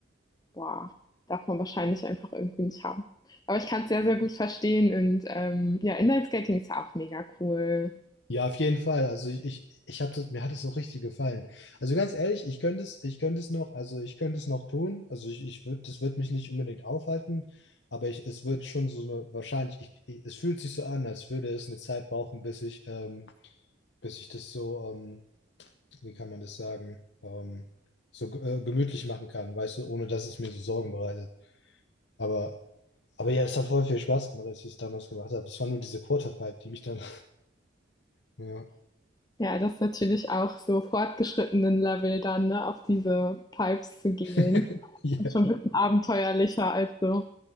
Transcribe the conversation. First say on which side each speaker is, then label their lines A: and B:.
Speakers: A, on the left; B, on the left.
A: boah, darf man wahrscheinlich einfach irgendwie nicht haben. Aber ich kann es sehr, sehr gut verstehen und ähm, ja, Inline-Skating ist ja auch mega cool.
B: Ja, auf jeden Fall. Also ich, ich, ich habe das, mir hat es auch richtig gefallen. Also ganz ehrlich, ich könnte es, ich könnte es noch, also ich könnte es noch tun. Also ich, ich würde, das wird mich nicht unbedingt aufhalten, aber ich, es wird schon so eine, wahrscheinlich, ich, ich, es fühlt sich so an, als würde es eine Zeit brauchen, bis ich, ähm, bis ich das so, ähm, wie kann man das sagen, ähm, so ge- äh, gemütlich machen kann, weißt du, ohne dass es mir so Sorgen bereitet. Aber, aber ja, es hat voll viel Spaß gemacht, als ich es damals gemacht habe. Das war nur diese Quarterpipe, die mich dann, <laughs> ja.
A: Ja, das ist natürlich auch so fortgeschrittenen Level dann, ne, auf diese Pipes zu gehen.
B: <laughs> Ja.
A: Das Ist schon ein bisschen abenteuerlicher, als so